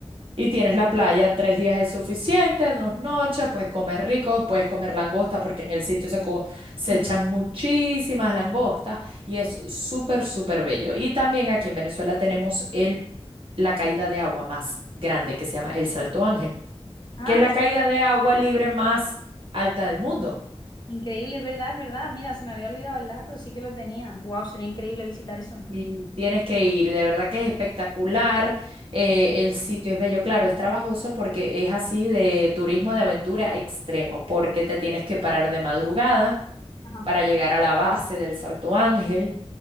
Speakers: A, on the right (about 55°); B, on the left (about 40°).
A: y tienes la playa, tres días es suficiente, dos noches, puedes comer rico, puedes comer langosta, porque en el sitio se, co- se
B: Mm.
A: echan muchísimas langostas y es súper, súper bello. Y también aquí en Venezuela tenemos el, la caída de agua más grande, que se llama el Salto Ángel,
B: Ah,
A: que es la
B: es
A: caída de agua libre más alta del mundo.
B: increíble, es verdad, es verdad. Mira, se me había olvidado el dato, sí que lo tenía. Wow, sería increíble visitar eso.
A: Sí, tienes que ir, de verdad que es espectacular. eh, el sitio es bello, claro, es trabajoso porque es así de turismo de aventura extremo, porque te tienes que parar de madrugada
B: Ajá,
A: para llegar a la base del Salto Ángel.